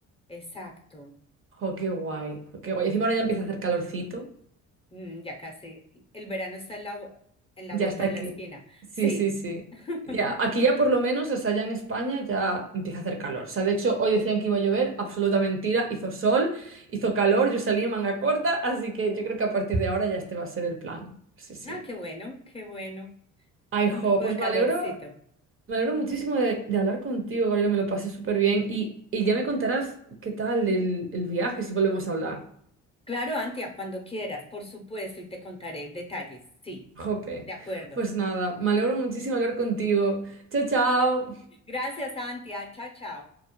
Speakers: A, on the left (about 15°); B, on the right (about 40°).
A: exacto.
B: Jo, qué guay, jo, qué guay. Encima ahora ya empieza a hacer calorcito.
A: Mm, ya casi. El verano está en la, en la
B: Ya
A: vuelta
B: está
A: de
B: aquí.
A: la esquina.
B: Sí,
A: Sí.
B: sí, sí.
A: <laughs>
B: Ya, aquí ya por lo menos, o sea, ya en España ya empieza a hacer calor. O sea, de hecho, hoy decían que iba a llover, absoluta mentira. Hizo sol, hizo calor, yo salí en manga corta, así que yo creo que a partir de ahora ya este va a ser el plan. Sí, sí.
A: Ah, qué bueno, qué bueno.
B: Ay,
A: Un
B: jo,
A: poco
B: pues
A: de calorcito.
B: me alegro. Me alegro muchísimo de, de hablar contigo, Gabriela, me lo pasé súper bien y, y ya me contarás qué tal el, el viaje si volvemos a hablar.
A: Claro, Antia, cuando quieras, por supuesto, y te contaré detalles. Sí,
B: Jope.
A: de acuerdo.
B: Pues nada, me alegro muchísimo de hablar contigo. Chao, chao.
A: Gracias, Antia. Chao, chao.